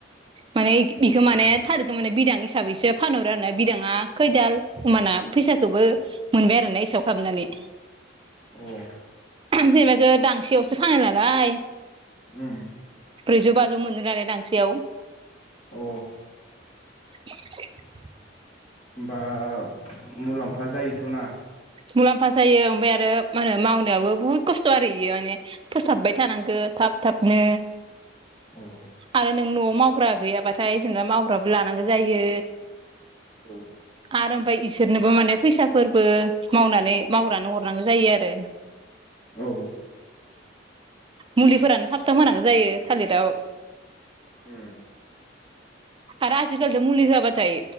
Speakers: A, on the right; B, on the left.
A: माने बेखौ माने थालिरखो माने बिदां हिसाबैसो फानहरो आरो ना बिदाङा खैदाल होमबाना फैसाखौबो मोनबाय आरोना एसेयाव खालामनानै।
B: अ
A: जेनेब इखो दांसेयावसो फानो नालाय
B: उम
A: ब्रैजौ बाजौ मोनो दानिया दांसेयाव
B: अ।
A: <unintelligible>
B: बा मुलाम्फा जायोथ'ना?
A: मुलाम्फा जायो ओमफ्राय आरो मा होनो मावनायावाबो बुहुत खस्थ' आरो इयो माने फोसाबबाय थानांगौ थाब थाबनो।
B: औ
A: आरो नों न'आव माव मावग्रा गैयाबाथाय जोंना मावग्राबो लानांगौ जायो।
B: औ।
A: आरो ओफ्राय इसोरनोबो माने फैसाफोरबो मावनानै मावग्रानो हरनांगौ जायो आरो।
B: औ।
A: मुलिफोरानो थाबथाम होनांगौ जायो थालिराव
B: उम
A: आरो आजिखालिजों मुलि होआबाथाय